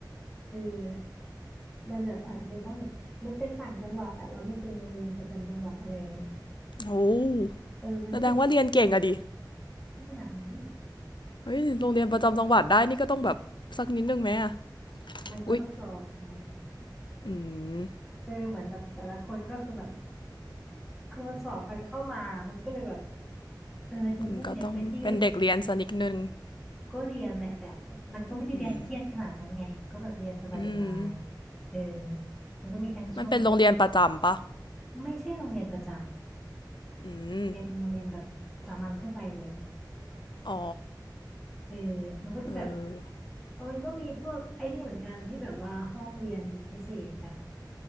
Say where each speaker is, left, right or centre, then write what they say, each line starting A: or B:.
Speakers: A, in the centre; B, on the left.
A: เออมันแบบอาจจะเป็นเพราะแบบมันเป็นต่างจังหวัดอะแล้วมันเป็นโรงเรียนประจำจังหวัดอะไรอย่างเงี้ย
B: โอ้
A: เออมันก็แบบ
B: แสดงว่าเรียนเก่งอะดิ
A: ไม่ขนาดนั้น
B: เฮ้ยโรงเรียนประจำจังหวัดได้นี่ก็ต้องแบบสักนิดนึงไหมอะ
A: มันก็ต้องสอบไง
B: อุ๊ย อืม
A: เออเหมือนแบบแต่ละคนก็คือแบบคือมันสอบกันเข้ามามันก็เลยแบบเออจะมุ่งเน้นไปที่แบบ
B: มก็ต้องเป็นเด็กเรียนสันิดนึง
A: ก็เรียนแหละแต่ มันก็ไม่ได้เรียนเครียดขนาดนั้นไงก็แบบเรียนสบายๆเออ
B: อืมอืม
A: มันก็มีทั้งช่วงที่
B: มันเป็นโรงเรียนประจำปะ
A: ไม่ใช่โรงเรียนประจ
B: อืม
A: ำเป็นโรงเรียนแบบสามัญทั่วไปเลย
B: อ๋อ
A: เออมันก็จะแบบ
B: เออ
A: เออมันก็มีพวกไอ้นี่เหมือนกันที่แบบว่าห้องเรียนพิเศษแบบ